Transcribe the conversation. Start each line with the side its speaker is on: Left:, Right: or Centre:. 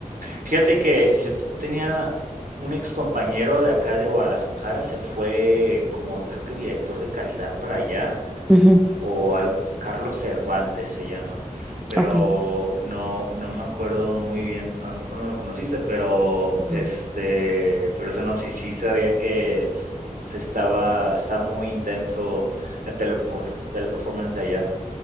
Right: Fíjate que yo t- tenía un excompañero de acá de Guadalajara, se fue como creo que director de calidad para allá,
Centre: Ujú,
Right: o algo, Carlos Cervantes se llama, pero
Centre: Ok.
Right: no, no me acuerdo muy bien, a lo mejor no lo conociste, pero
Centre: No.
Right: este, pero eso no, sí, sí sabía que s- se estaba, está muy intenso el telefor- teleperformance de allá.